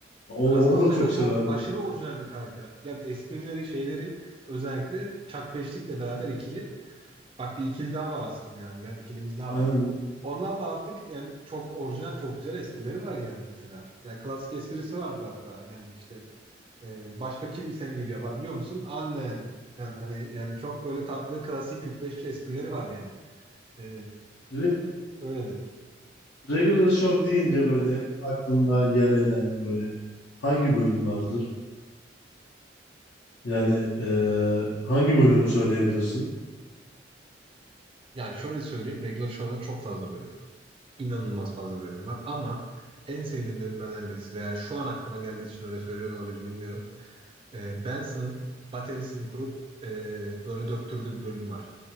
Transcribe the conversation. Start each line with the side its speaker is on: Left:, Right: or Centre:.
Left: O-
Right: Kasadan
Left: onu da
Right: mesela
Left: çok severdim.
Right: çok aşırı orijinal bir karakter. Ya esprileri, şeyleri özellikle Chuck Beşlik'le beraber ikili. Bak bir ikili daha var aslında yani. Yani ikilimiz daha
Left: Aynen.
Right: var. Onlar da artık yani çok orijinal, çok güzel esprileri var yani mesela. Yani klasik esprisi vardır hatta. Yani işte e, başka kim senin gibi yapar biliyor musun? Annen. Yani hani yani çok böyle tatlı, klasik 45 esprileri var yani. E,
Left: Re
Right: Öyle de.
Left: Regular Show deyince böyle aklında yer eden böyle hangi bölüm vardır? Yani eee, hangi bölümü söyleyebilirsin?
Right: Yani şöyle söyleyeyim. Regular Show'da çok fazla bölüm var. İnanılmaz fazla bölüm var. Ama en sevdiğim bölümlerden birisi veya şu an aklıma geldiği için öyle söylüyor da olabilirim bilmiyorum. Ee, Benson'ın baterisini kurup e, böyle döktürdüğü bir bölüm var.